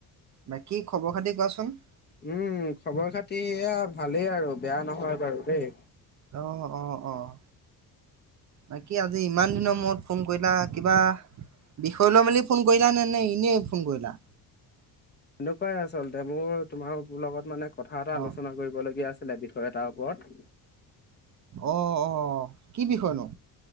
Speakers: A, on the right; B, on the left.
A: বাকি খবৰ-খাতি কোৱাচোন।
B: উম্ খবৰ খাতি এয়া, ভালেই আৰু বেয়া নহয় বাৰু দেই।
A: অ' অ' অ' বাকী আজি ইমান দিনৰ মূৰত ফোন কৰিলা কিবা বিষয় লৈ মেলি ফোন কৰিলা নে, নে এনেই ফোন কৰিলা?
B: এনেকুৱাই আচলতে, মোৰ তোমাৰ লগত মানে কথা এটা
A: অ',
B: আলোচনা কৰিবলগীয়া আছিল। আছিলে বিষয় এটাৰ ওপৰত।
A: অ' অ' কি বিষয়নো?